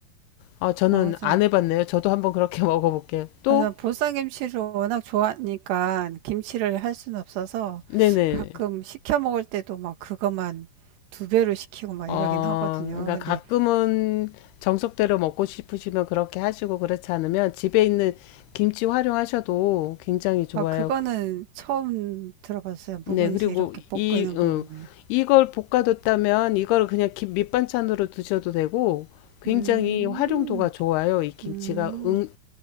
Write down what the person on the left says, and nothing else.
아, 저는
안 해봤네요. 저도 한번 그렇게 <laughs> 먹어볼게요. 또,
네네.
어,
그러니까
가끔은 정석대로 먹고 싶으시면 그렇게 하시고, 그렇지 않으면 집에 있는 김치 활용하셔도 굉장히 좋아요.
네,
그리고
이, 음,
이걸 볶아뒀다면 이걸 그냥 김, 밑반찬으로 드셔도 되고, 굉장히
활용도가 좋아요. 이 김치가
응,